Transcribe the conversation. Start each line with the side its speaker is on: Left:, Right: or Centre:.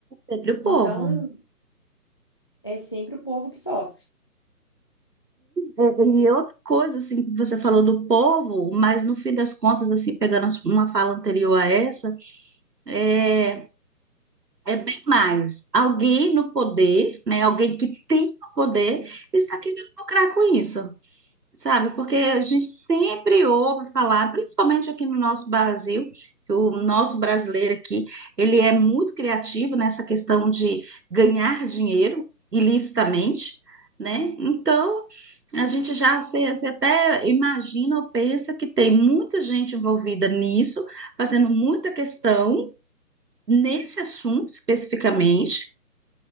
Right: Sempre o povo.
Left: Então é sempre o povo que sofre.
Right: E é outra coisa, assim, que você falou do povo, mas no fim das contas, assim, pegando uma fala anterior a essa, é, é bem mais. Alguém no poder, né, alguém que tem o poder, está querendo lucrar com isso. Sabe, porque a gente sempre ouve falar, principalmente aqui no nosso Brasil, que o nosso brasileiro aqui, ele é muito criativo nessa questão de ganhar dinheiro ilicitamente, né? Então, a gente já se, se até imagina ou pensa que tem muita gente envolvida nisso, fazendo muita questão nesse assunto especificamente.